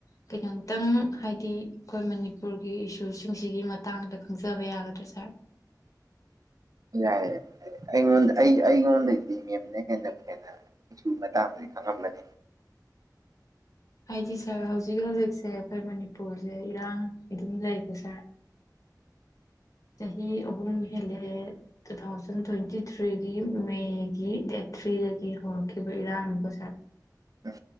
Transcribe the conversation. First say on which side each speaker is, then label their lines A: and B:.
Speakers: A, on the left; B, on the right.
A: ꯀꯩꯅꯣꯝꯇꯪ ꯍꯥꯏꯗꯤ ꯑꯩꯈꯣꯏ ꯃꯅꯤꯄꯨꯔꯒꯤ ꯏꯁꯨꯁꯤꯡꯁꯤꯒꯤ ꯃꯇꯥꯡꯗ ꯈꯪꯖꯕ ꯌꯥꯒꯗ꯭ꯔꯥ ꯁꯥꯔ
B: ꯌꯥꯏ ꯑꯩ ꯑꯩꯉꯣꯟꯗ ꯑꯩ ꯑꯩꯉꯣꯟꯗꯩꯗꯤ ꯃꯦꯝꯅ ꯍꯦꯟꯅꯕꯨ ꯍꯦꯟꯅ ꯏꯁꯨ ꯃꯇꯥꯡꯗꯗꯤ ꯈꯪꯉꯝꯃꯅꯤ
A: ꯍꯥꯏꯗꯤ ꯁꯥꯔ ꯍꯧꯖꯤꯛ ꯍꯧꯖꯤꯛꯁꯦ ꯑꯩꯈꯣꯏ ꯃꯅꯤꯄꯨꯔꯖꯦ ꯏꯔꯥꯡ ꯑꯗꯨꯝ ꯂꯩꯀꯣ ꯁꯥꯔ ꯆꯍꯤ ꯑꯍꯨꯝ ꯍꯦꯜꯂꯦꯛꯑꯦ ꯇꯨ ꯊꯥꯎꯖꯟ ꯇ꯭ꯋꯦꯟꯇꯤ ꯊ꯭ꯔꯤꯒꯤ ꯃꯦꯒꯤ ꯗꯦꯠ ꯊ꯭ꯔꯤꯗꯒꯤ ꯍꯧꯔꯛꯈꯤꯕ ꯏꯔꯥꯡꯅꯤꯀꯣ ꯁꯥꯔ
B: ꯎꯝ